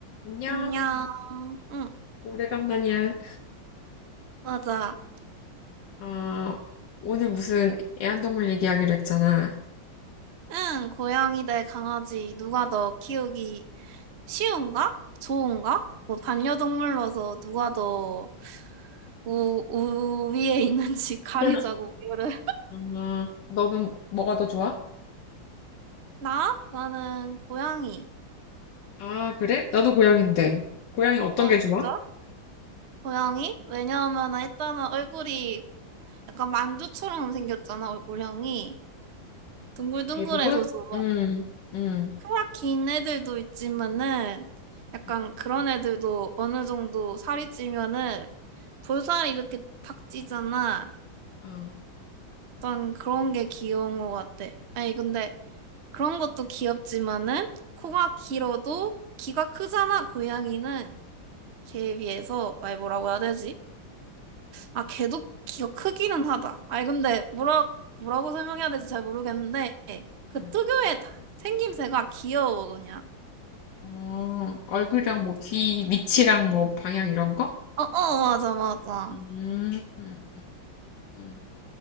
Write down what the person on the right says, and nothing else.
안녕. 응,
맞아.
응, 고양이 대 강아지 누가 더 키우기 쉬운가? 좋은가? 뭐 반려동물로서 누가 더 우, 우위에 있는지 <laughs> 가리자고
이거를.
나? 나는 고양이.
어,
진짜?
고양이? 왜냐하면 일단은 얼굴이 약간 만두처럼 생겼잖아, 얼굴형이. 둥글둥글해서
좀
코가 긴 애들도 있지만은 약간
그런 애들도 어느 정도 살이 찌면은 볼살이 이렇게 탁 찌잖아.
약 그런 게 귀여운 것 같아. 아니 근데 그런 것도 귀엽지만은 코가 길어도 귀가 크잖아. 고양이는 걔에 비해서 아니 뭐라고 해야 되지? 아 걔도 귀가 크기는 하다. 아니 근데 뭐라 뭐라고 설명해야 될지 잘 모르겠는데 그
특유의 다- 생김새가 귀여워 그냥.
어어 맞아 맞아.